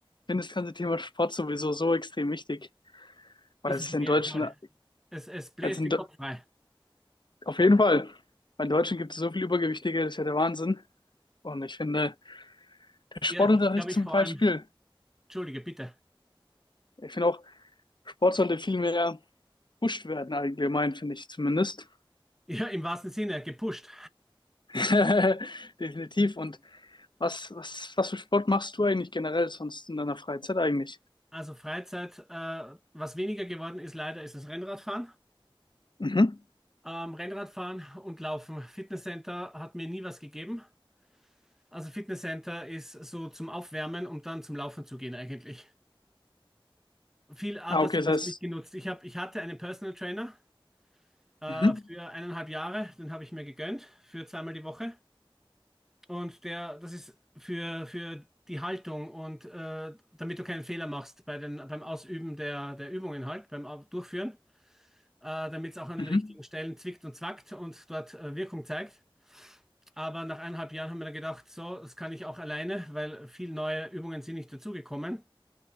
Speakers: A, on the left (about 55°); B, in the centre.
A: das ganze Thema Sport sowieso so extrem wichtig, weil
B: Ist
A: es
B: es auf
A: in
B: jeden
A: Deutschland,
B: Fall. Es, es bläst
A: also in,
B: den
A: Do-
B: Kopf frei.
A: auf jeden Fall, weil in Deutschland gibt es so viel Übergewichtige, das ist ja der Wahnsinn. Und ich finde, der
B: Ja,
A: Sportunterricht
B: es gibt, glaube
A: zum
B: ich, vor
A: Beispiel,
B: allem, entschuldige, bitte.
A: ich finde auch, Sport sollte viel mehr gepusht werden, allgemein, finde ich zumindest.
B: Ja, im wahrsten Sinne, gepusht.
A: <laughs> Definitiv. Und Was, was, was für Sport machst du eigentlich generell sonst in deiner Freizeit eigentlich?
B: Also Freizeit, äh, was weniger geworden ist, leider, ist das Rennradfahren.
A: Mhm.
B: Ähm, Rennradfahren und Laufen. Fitnesscenter hat mir nie was gegeben. Also Fitnesscenter ist so zum Aufwärmen, um dann zum Laufen zu gehen eigentlich. Viel anders
A: Ah, okay, das
B: habe
A: heißt,
B: ich es nicht genutzt. Ich habe, ich hatte einen Personal Trainer äh,
A: mhm,
B: für eineinhalb Jahre, den habe ich mir gegönnt für zweimal die Woche. Und der, das ist für, für die Haltung und äh, damit du keinen Fehler machst bei den, beim Ausüben der, der Übungen halt, beim Au- Durchführen, äh, damit es auch an
A: mhm,
B: den richtigen Stellen zwickt und zwackt und dort äh, Wirkung zeigt. Aber nach eineinhalb Jahren haben wir dann gedacht, so, das kann ich auch alleine, weil viele neue Übungen sind nicht dazugekommen.